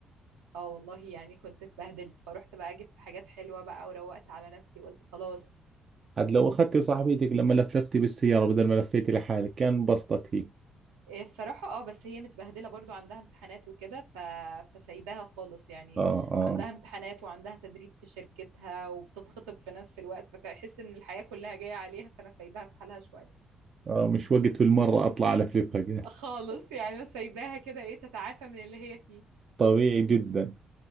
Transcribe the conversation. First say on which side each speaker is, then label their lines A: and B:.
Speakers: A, on the right (about 65°); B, on the right (about 40°).
A: اه والله يعني كنت اتبهدلت فروحت بقى جبت حاجات حلوة بقى وروقت على نفسي وقلت خلاص
B: عاد لو أخذتي صاحبيتك لما لفلفتي بالسيارة بدل ما لفيتي لحالك كان انبسطت هي
A: إيه الصراحة اه بس هي متبهدلة برضو عندها امتحانات وكده ف... فسايباها خالص يعني
B: آه آه
A: عندها امتحانات وعندها تدريب في شركتها وبتتخطب في نفس الوقت فتحس ان الحياة كلها جاية عليها فانا سايباها في حالها شوية
B: آه مش وقت بالمرة أطلع ألفلفها قال
A: آه، خالص يعني انا سايباها كده ايه تتعافى من اللي هي فيه
B: طبيعي جدا